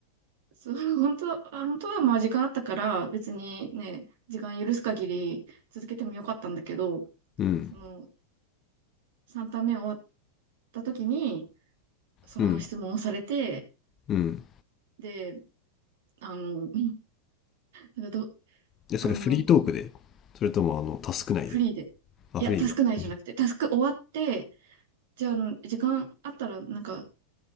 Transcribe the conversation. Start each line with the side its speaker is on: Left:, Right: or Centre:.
Right: その本当は、あ本当はまあ時間あったから別にね、時間許す限り続けてもよかったんだけど、
Left: うん
Right: その、3ターン目終わった時に、そのまま質問をされて、
Left: うんうん
Right: で、あの、なんかど、
Left: でそれフリートークでそれともあのタスク内で
Right: あの、フリーで。
Left: あフリーで
Right: いや、タスク内じゃなくて、タスク終わって、じゃあ、あの、時間あったら、なんか、